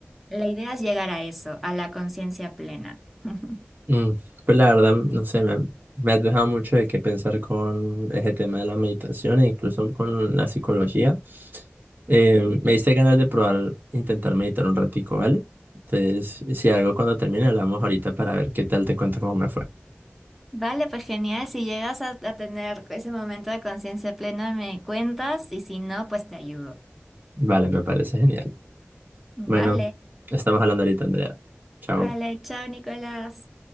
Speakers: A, in the centre; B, on the right.
A: la idea es llegar a eso, a la conciencia plena. <laughs>
B: Mm, pues la verdad, no sé, me, me has dejado mucho de qué pensar con ese tema de la meditación e incluso con la psicología. Eh, me diste ganas de probar, intentar meditar un ratico, ¿vale? Entonces, si algo cuando termine, hablamos ahorita para ver qué tal te cuento cómo me fue.
A: Vale, pues genial. Si llegas a, a tener ese momento de conciencia plena, me cuentas y si no, pues te ayudo.
B: Vale, me parece genial.
A: Vale,
B: Bueno, estamos hablando ahorita, Andrea. Chao.
A: vale, chao, Nicolás.